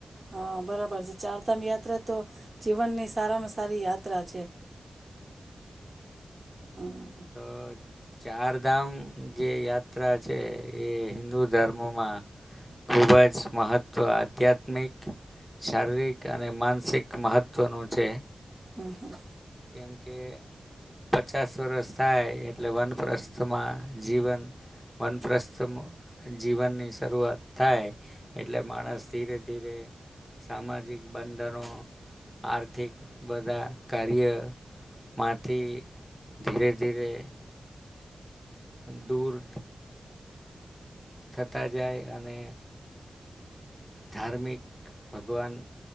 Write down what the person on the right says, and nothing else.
હા બરાબર છે ચારધામ યાત્રા તો જીવનની સારામાં સારી યાત્રા છે. હમ.
હમ હમ.